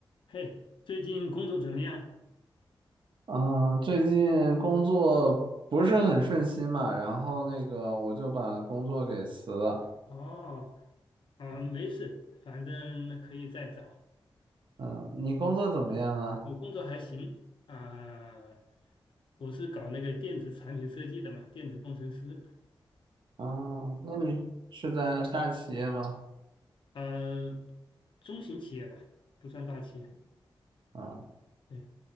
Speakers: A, on the left; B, on the right.
A: 嘿，最近工作怎么样？
B: 嗯，最近工作不是很顺心嘛，然后那个我就把工作给辞了。
A: 哦，啊，没事，反正可以再找。
B: 嗯，你工作怎么样啊？
A: 我工作还行啊，我是搞那个电子产品设计的嘛，电子工程师。
B: 啊，那你是在大企业吗？
A: 呃，中型企业吧，不算大企业。
B: 啊，
A: 对，